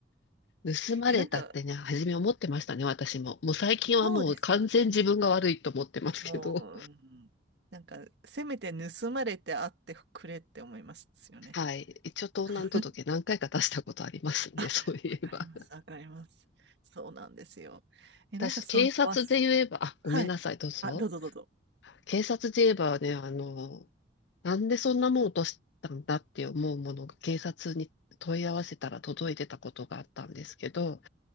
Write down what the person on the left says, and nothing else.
盗まれたってね、
初め思ってましたね、私も。もう最近はもう完全自分が悪いと思ってますけど。
はい。一応盗難届何回か出したことありますね、
<laughs> そういえば。
私、
警察で言えば、
あ、ごめんなさい、
どうぞ。
警察で言えばね、あの、なんでそんなもん落としたんだって思うものが警察に問い合わせたら届いてたことがあったんですけど、